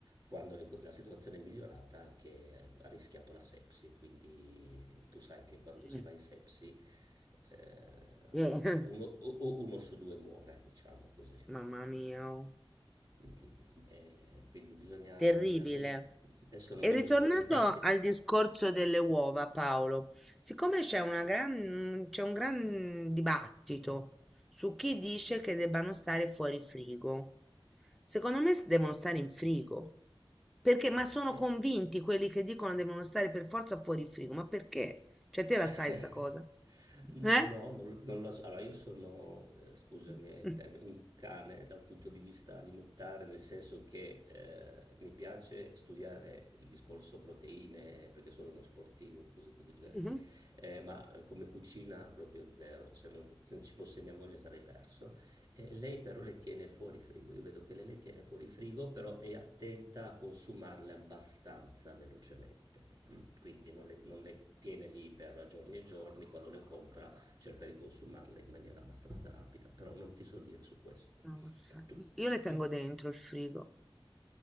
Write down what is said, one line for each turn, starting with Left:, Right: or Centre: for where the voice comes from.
Right: quando le co- la situazione è migliorata, che ha rischiato la sepsi. Quindi tu sai che quando
Centre: Mm.
Right: si va in sepsi, eh,
Centre: <laughs>
Right: uno, o- o uno su due muore, diciamo così.
Centre: Mamma mia. oh.
Right: Mm, mm. Eh, quindi bisogna,
Centre: Terribile.
Right: bisogna sempre... Adesso non
Centre: E
Right: voglio
Centre: ritornando
Right: spaventarti.
Centre: al discorso delle uova, Paolo, siccome c'è una gran, c'è un gran dibattito su chi dice che debbano stare fuori frigo, secondo me s- devono stare in frigo, perché,
Right: Ah,
Centre: ma sono
Right: eh.
Centre: convinti quelli che dicono devono stare per forza fuori frigo, ma perché? Cioè, te la
Right: <laughs>
Centre: sai sta cosa?
Right: No,
Centre: Eh?
Right: non, non lo so. Allora, io sono, eh, scusami
Centre: <laughs>
Right: il termine, un cane da un punto di vista alimentare, nel senso che eh, mi piace studiare il discorso proteine, perché sono uno sportivo e cose di questo genere
Centre: Mhm.
Right: qui, Eh, ma eh, come cucina proprio zero. Se non, f- se non ci fosse mia moglie sarei perso. Eh, lei però le tiene fuori frigo, io vedo che lei le tiene fuori frigo, però è attenta a consumarle abbastanza velocemente, mm, quindi non le, non le tiene lì per giorni e giorni, quando le compra cerca di consumarle in maniera abbastanza rapida, però non ti so dire su questo.
Centre: Non lo so.
Right: Tu,
Centre: Io le tengo
Right: tu,
Centre: dentro il frigo.